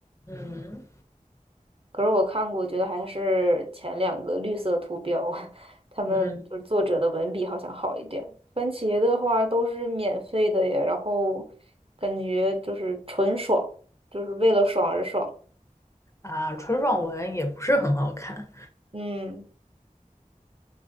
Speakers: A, on the left (about 20°); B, on the right (about 40°).
A: 嗯
B: 可是我看过，觉得还是前两个绿色图标，<laughs> 他们就是作者的文笔好像好一点。
A: 嗯
B: 番茄的话都是免费的耶，然后感觉就是纯爽，就是为了爽而爽。
A: 啊，纯爽文也不是很好看。
B: 嗯，